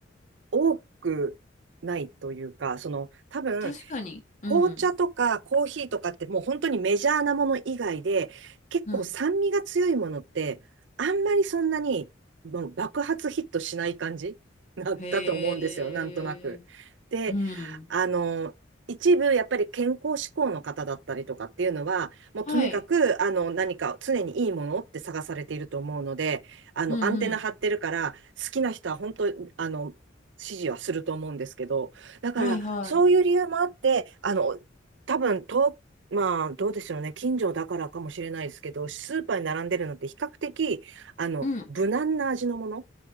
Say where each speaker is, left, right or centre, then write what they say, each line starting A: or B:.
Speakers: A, on the right; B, on the left.
A: 多くないというか、その、多分、
B: 確かに。うん、
A: 紅茶とかコーヒーとかってもう本当にメジャーなもの以外で、結構酸味が強いものって、
B: うん。
A: あんまりそんなにもう爆発ヒットしない感じ <laughs> なだと思うんですよ、
B: へえ。
A: なんとなく。で、
B: うん。
A: あの、一部やっぱり健康志向の方だったりとかっていうのは、もうとにかくあの何か常にいいものって探されていると思うので、
B: はい。
A: あのアンテナ張ってるから、
B: うん、うん。
A: 好きな人は本当、あの、支持はすると思うんですけど、だから、
B: はいはい。
A: そういう理由もあって、あの、多分と、まあ、どうでしょうね、近所だからかもしれないですけど、スーパーに並んでるのって比較的、あの、
B: うん。
A: 無難な味のもの。